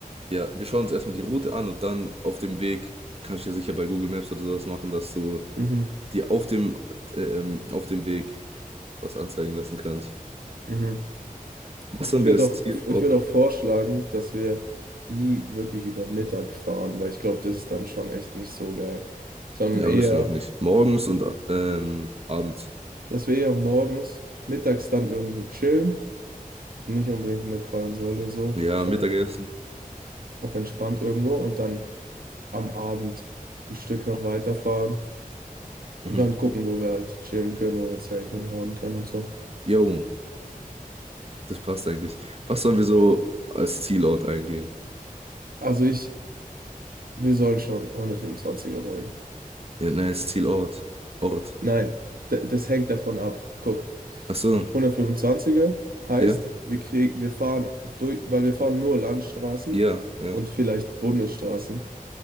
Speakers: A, on the right; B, on the right.
A: Ja, wir schauen uns erstmal die Route an und dann auf dem Weg kannst du ja sicher bei Google Maps oder sowas machen, dass du
B: Mhm,
A: dir auf dem, ähm, auf dem Weg was anzeigen lassen kannst.
B: mhm.
A: Was haben
B: Ich würde
A: wir als
B: auch,
A: Zielort?
B: ich würde auch vorschlagen, dass wir nie wirklich über Mittag fahren, weil ich glaube, das ist dann schon echt nicht so geil, sondern
A: Ja,
B: eher,
A: müssen wir auch nicht. Morgens und ähm, abends.
B: dass wir eher morgens, mittags dann irgendwo chillen. nicht unbedingt in der prallen Säule so,
A: Ja,
B: sondern
A: Mittagessen.
B: auf entspannt irgendwo und dann am Abend ein Stück noch weiterfahren
A: Mhm.
B: und dann gucken, wo wir halt chillen können, wo wir Zelt hinhauen können und so.
A: Jo, das passt eigentlich. Was sollen wir so als Zielort eingeben?
B: Also ich, wir sollen schon 125er holen.
A: Ja, nein, als Zielort. Ort.
B: Nein, d- das hängt davon ab. Guck,
A: Ach so,
B: 125er heißt,
A: ja,
B: wir kriegen, wir fahren durch, weil wir fahren nur Landstraßen
A: ja, ja,
B: und vielleicht Bundesstraßen.